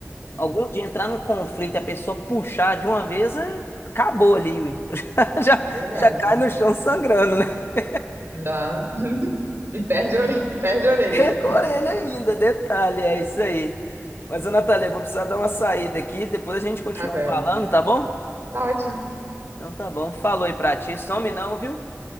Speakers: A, on the left (about 50°); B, on the right (about 55°).
A: algum dia entrar num conflito e a pessoa puxar de uma vez, é- acabou ali, ui. <laughs> Já,
B: é verdade.
A: já cai no chão sangrando, né? <laughs>
B: Já. <laughs> E perde a orelha, perde a orelha
A: E
B: já.
A: com a orelha ainda, detalhe, é isso aí. Mas, ô Natália, eu vou precisar dar uma saída aqui, depois a gente continua
B: Tá bem.
A: falando, tá bom?
B: Tá ótimo.
A: Então tá bom, falou aí pra ti, some não, viu?